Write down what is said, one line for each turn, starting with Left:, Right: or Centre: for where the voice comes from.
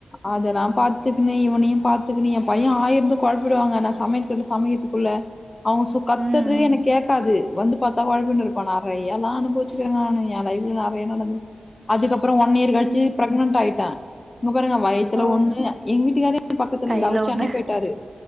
Left: அதலா பாத்துக்கிணு இவனயு பாத்துக்கிணு எம்பைய ஆய் இருந்து கொழப்பிடுவாங்க நா சமையல் பண்ணி சமைக்கற்து குள்ள அவ சு கத்தற்து
Right: ம்
Left: எனக் கேக்காது வந்து பாத் தா கொழப்பின்னுருப்பா நெறைய எல்லா அனுபவ்ச்சிர்க்கங்க நானு எ லைஃப்ல நெறையா நடந்துருக்கு அதுக்கப்றோ ஒன் இயர் கழ்ச்சி
Right: ம் ம்
Left: ப்ரக்னண்ட் ஆய்ட்டே இங்க பாருங்க வய்த்துல
Right: ஓ
Left: ஒன்னு எங் வீட்டுக்காரே பக்கத்துல
Right: கைல
Left: இல்ல அவுர்
Right: ஒண்ணு
Left: சென்னை போய்ட்டாரு